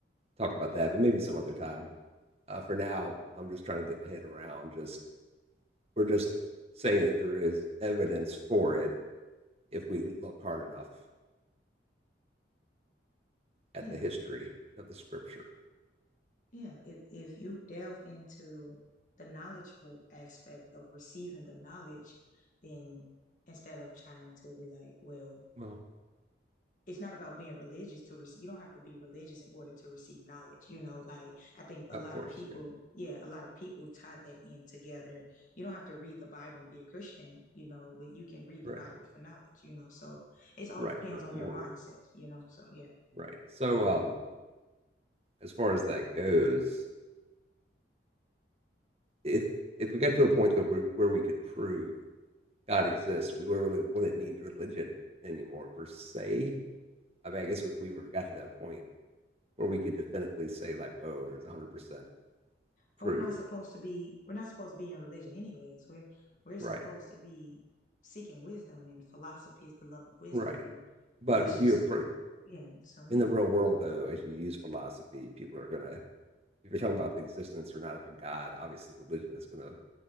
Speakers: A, on the right (about 35°); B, on the left (about 45°).
A: talk about that, but maybe some other time. Uh, for now, I'm just trying to get my head around just We're just saying that there is evidence for it if we look hard enough at
B: yeah,
A: the
B: you
A: history of the scripture.
B: yeah, if if you delve into the knowledgeable aspect of receiving the knowledge, then instead of trying to be like, well,
A: Well,
B: it's not about being religious to receive you don't have to be religious in order to receive knowledge you know like i think a
A: of
B: lot
A: course,
B: of people
A: yeah.
B: yeah a lot of people tie that in together you don't have to read the bible and be a christian you know but you can read the
A: Right.
B: bible for knowledge you know so it all
A: Right.
B: depends
A: Or
B: on
A: more
B: your mindset you know so yeah
A: right. So um as far as that goes, if if we got to a point that we where we could prove God exists, we would really wouldn't need religion anymore per se. I mean, I guess if we were got to that point where we could definitely say like, oh, there's 100%
B: or
A: proof,
B: we're not supposed to be we're not supposed to be in religion anyways we're we're supposed
A: right,
B: to be seeking wisdom and philosophy is the love of wisdom
A: right.
B: and
A: But
B: that's
A: if
B: just
A: you approach
B: yeah so
A: in
B: yeah
A: the real world, though, as you use philosophy, people are gonna. If you're talking about the existence or not of a god, obviously religion is gonna